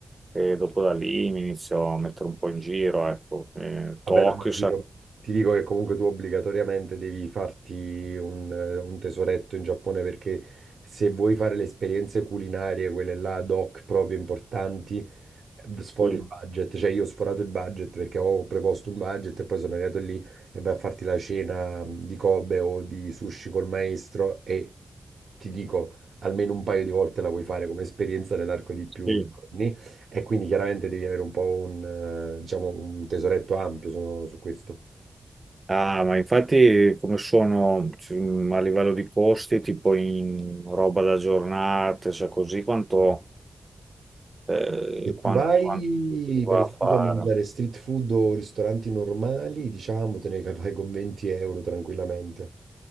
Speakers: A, on the right; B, on the right.
A: E dopo da lì mi inizio a mettere un po' in giro, ecco. Eh, Tokyo,
B: Vabbè, no, ma sì,
A: sa-
B: io ti dico che comunque tu obbligatoriamente devi farti un, eh, un tesoretto in Giappone perché se vuoi fare le esperienze culinarie, quelle là ad hoc proprio importanti, eh, sfori
A: sì,
B: il budget. Cioè io ho sforato il budget perché ho preposto un budget e poi sono arrivato lì e vai a farti la cena di Kobe o di sushi col maestro e ti dico almeno un paio di volte la vuoi fare come esperienza nell'arco di più
A: sì.
B: giorni. E quindi chiaramente devi avere un po' un, eh, diciamo, un tesoretto ampio sono- su questo.
A: Ah, ma infatti come sono cioè, a livello di costi, tipo in roba da giornate, cioè così, quanto eh,
B: Se
A: quan-
B: tu vai,
A: quanto, si va
B: per esempio,
A: a fare.
B: a mangiare street food o ristoranti normali, diciamo, te ne capai con 20 euro tranquillamente.